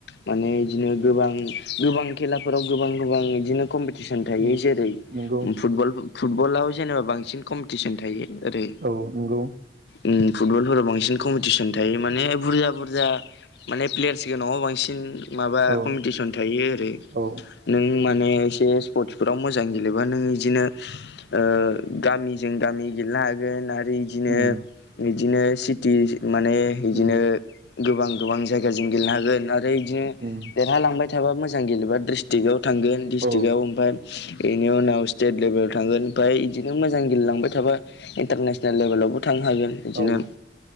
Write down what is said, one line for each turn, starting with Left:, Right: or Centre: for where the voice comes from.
Left: माने इदिनो गोबां गोबां खेलाफोराव गोबां गोबां इदिनो कम्पिटिसन थायो।
Right: उम
Left: जेरै
Right: नंगौ
Left: फुटबल फुटबलाव जेनेबा बांसिन कम्पिटिसन थायो। ओरै
Right: औ नंगौ
Left: ओम फुटबलफोराव बांसिन कम्पिटिसन थायो माने बुरजा बुरजा माने प्लेयार्स गोनङ आव बांसिन माबा
Right: औ
Left: कम्पिटिसन थायो ओरै
Right: औ
Left: नों माने एसे स्पर्टसफोराव मोजां गेलेबा नों इदिनो ओ गामिजों गामि गेलनो हागोन आ रो इदिनो
Right: उम
Left: इदिनो सिटि माने इदिनो
Right: उम
Left: गोबां गोबां जायगाजों गेलेनो हागोन आरो इदिनो
Right: उम
Left: देरहालांबाय थाबा मोजां गेलेबा द्रिस टिआव थांगोन डिस्ट्रिकआव
Right: औ
Left: ओमफ्राय एनि उनाव स्टेट लेभेलाव थांगोन फाय बिदिनो मोजां गेलेलांबाय थाबा इन्टारनेसनेल लेभेलावबो थांनो हागोन इदिनो
Right: औ